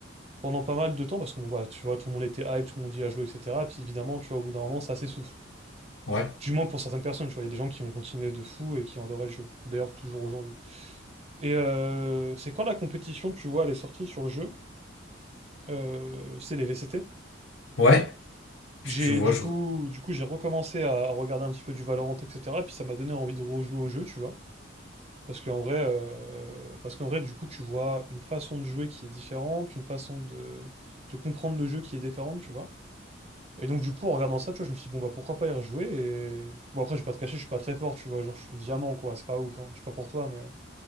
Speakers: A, on the right; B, on the left.
A: pendant pas mal de temps, parce que, bon, bah, tu vois, tout le monde était hype, tout le monde y a joué, etc. Et puis évidemment, tu vois, au bout d'un moment, ça s'essouffle.
B: Ouais,
A: Du moins pour certaines personnes, tu vois, il y a des gens qui ont continué de fou et qui ont adoré le jeu. D'ailleurs, toujours aujourd'hui. Et euh, c'est quand la compétition, tu vois, elle est sortie sur le jeu, euh, c'est les VCT. que
B: ouais, je
A: J'ai
B: je vois,
A: du
B: je
A: coup,
B: vois.
A: du coup, j'ai recommencé à regarder un petit peu du Valorant, etc. Puis ça m'a donné envie de rejouer au jeu, tu vois. Parce qu'en vrai, euh, parce qu'en vrai, du coup, tu vois une façon de jouer qui est différente, une façon de, de comprendre le jeu qui est différente, tu vois. Et donc, du coup, en regardant ça, tu vois, je me suis dit, bon, bah, pourquoi pas y rejouer? Et bon, après, je vais pas te cacher, je suis pas très fort, tu vois. Genre, je suis diamant, quoi. C'est pas ouf, hein. Je sais pas pour toi, mais.